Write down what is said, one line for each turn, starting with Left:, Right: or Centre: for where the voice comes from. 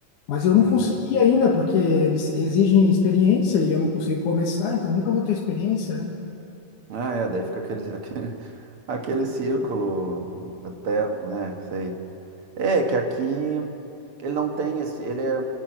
Left: Mas eu não
Right: Uhum.
Left: consegui ainda, porque eles exigem experiência e eu não consigo começar, então nunca vou ter experiência, né?
Right: Ah, é, daí fica aquele, <laughs> aquele, aquele círculo eterno, né? Sei. É, que aqui ele não tem esse. Ele é-